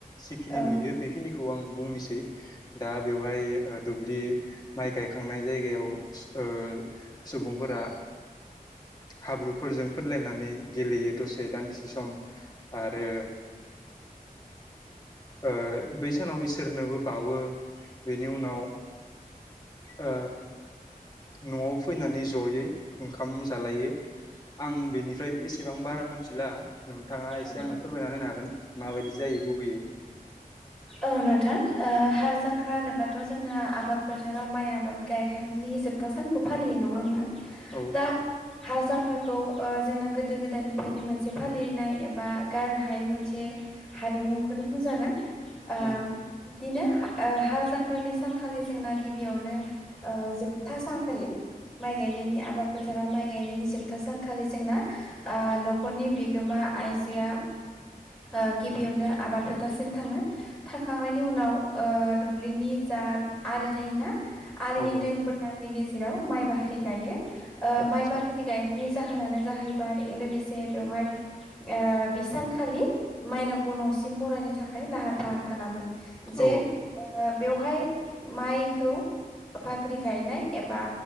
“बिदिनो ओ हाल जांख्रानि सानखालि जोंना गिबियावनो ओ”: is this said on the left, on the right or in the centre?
Centre